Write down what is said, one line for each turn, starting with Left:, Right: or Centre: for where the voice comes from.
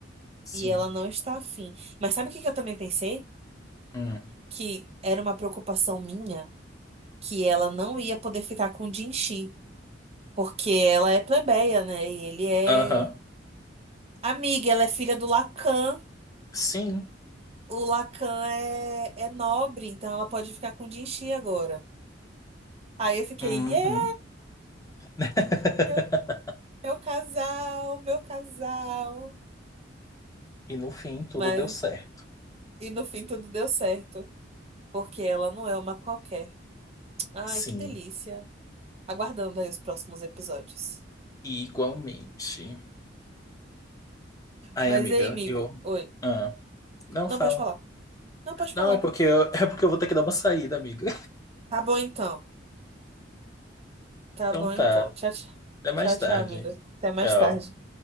Left: Sim.
Right: E ela não está afim. Mas sabe o que que eu também pensei?
Left: Hum.
Right: Que era uma preocupação minha que ela não ia poder ficar com o Jinxi. Porque ela é plebeia, né? E ele é
Left: Aham.
Right: amiga, ela é filha do Lacan.
Left: Sim.
Right: O Lacan é, é nobre, então ela pode ficar com o Jinxi agora. Aí eu fiquei,
Left: Uhum.
Right: yeah!
Left: <laughs>
Right: Meu, meu casal, meu casal.
Left: E no fim, tudo
Right: Mas
Left: deu certo.
Right: E no fim tudo deu certo, porque ela não é uma qualquer. Ai,
Left: Sim.
Right: que delícia. Aguardando aí os próximos episódios.
Left: Igualmente. Ai,
Right: Mas
Left: amiga,
Right: ei, amigo.
Left: eu.
Right: Oi.
Left: Ah, não
Right: Não
Left: fala.
Right: pode falar. Não pode
Left: Não,
Right: falar.
Left: é porque eu... <laughs> é porque eu vou ter que dar uma saída, amiga.
Right: Tá bom então. Tá
Left: Então
Right: bom
Left: tá.
Right: então. Tchau, tchau.
Left: Até mais
Right: Tchau,
Left: tarde.
Right: tchau, amiga. Até mais
Left: Tchau.
Right: tarde.